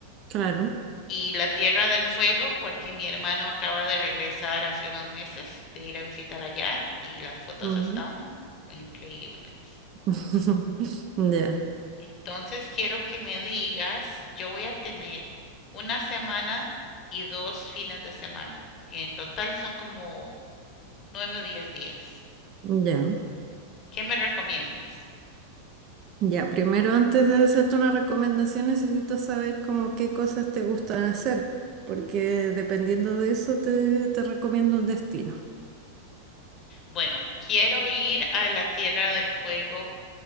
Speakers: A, on the right (about 35°); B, on the left (about 35°).
A: claro.
B: y la Tierra del Fuego porque mi hermano acaba de regresar hace unos meses de ir a visitar allá y las fotos
A: ujú.
B: están increíbles.
A: <laughs> Ya,
B: Entonces quiero que me digas, yo voy a tener una semana y dos fines de semana, que en total son como nueve o diez días.
A: ya,
B: ¿Qué me recomiendas?
A: ya. Primero, antes de hacerte una recomendación, necesito saber como qué cosas te gustan hacer, porque dependiendo de eso te, te recomiendo un destino.
B: Bueno, quiero ir a la Tierra del Fuego,